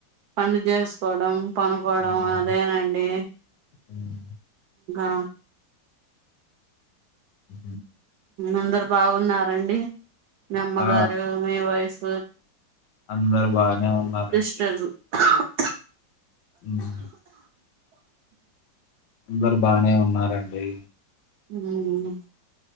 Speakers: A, on the right (about 70°); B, on the left (about 70°).
A: పని చేసుకోవడం పనుకోవడం
B: ఉమ్,
A: అదేనండి
B: ఉమ్,
A: ఆ
B: ఉ
A: అందరు బాగున్నారండి మీ అమ్మగారు
B: ఆ
A: మీ వైఫ్
B: అందరు బానే ఉన్నారండి
A: చదు <unintelligible>
B: ఉ అందరు బానే ఉన్నారండి
A: ఉ